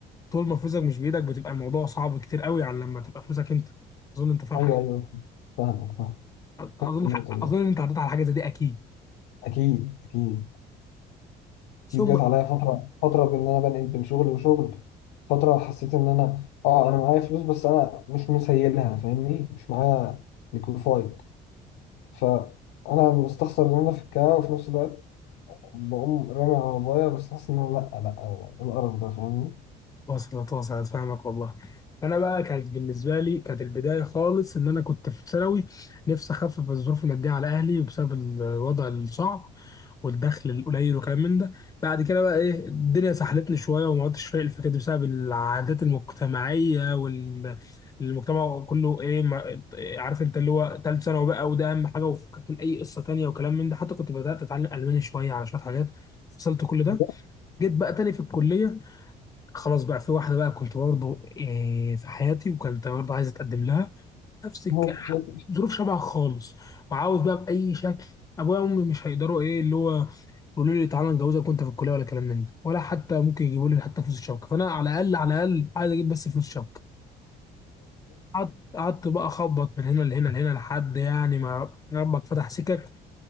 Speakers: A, on the left; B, on the left.
A: طول ما فلوسك مش بايدك بتبقى الموضوع صعب كتير قوي عن لما تبقى فلوسك انت اظن انت فاهم
B: ايوه
A: حاجه
B: ايوه فاهمك فاهم
A: اظن
B: فاهم النقطه دي
A: اظن انت عديت على حاجه زي دي اكيد
B: اكيد اكيد
A: ثم
B: اكيد جت عليا فتره فتره بان انا بنقل بين شغل وشغل فتره حسيت ان انا اه انا معايا فلوس بس انا مش مسيلها فاهمني مش معايا ليكويفايد فانا مستخسر ان انا في الكاو وفي نفس الوقت بقوم رامي على بابايا بس حاسس ان أنا لا لا إيه القرف ده فاهمني
A: وصلت وصلت فاهمك والله انا بقى كانت بالنسبه لي كانت البدايه خالص ان انا كنت في ثانوي نفسي اخفف الظروف الماديه على اهلي بسبب الوضع الصعب والدخل القليل وكلام من ده بعد كده بقى ايه الدنيا سحلتني شويه وما عدتش فايق الفكره دي بسبب العادات المجتمعيه والمجتمع كله ايه ما... عارف انت اللي هو ثالث ثانوي بقى وده اهم حاجه وفكك من اي قصه تانيه وكلام من ده حتى كنت بدات اتعلم الماني شويه على شويه حاجات فصلت كل ده
B: لا،
A: جيت بقى تاني في الكليه خلاص بقى في واحدة بقى كنت برضه إيه في حياتي وكنت برضه عايز أتقدم لها نفس الك-
B: هو كويس
A: ظروف شبه خالص وعاوز بقى بأي شكل أبويا وأمي مش هيقدروا إيه اللي هو يقولوا لي تعالى نجوزك وأنت في الكلية ولا كلام من ده ولا حتى ممكن يجيبوا لي حتى فلوس الشبكة فأنا على الأقل على الأقل عايز أجيب بس فلوس شبكة قعدت قعدت بقى أخبط من هنا لهنا لهنا لحد يعني ما ربك فتح سكك